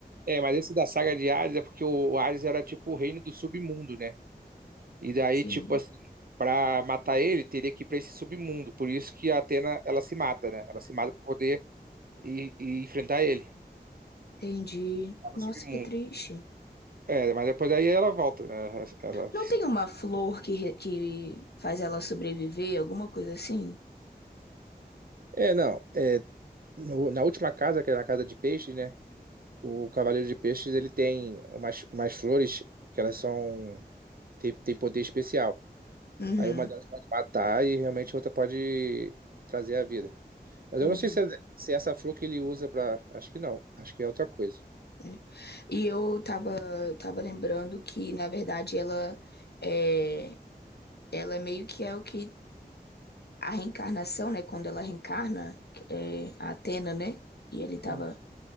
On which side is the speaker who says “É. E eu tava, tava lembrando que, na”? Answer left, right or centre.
Left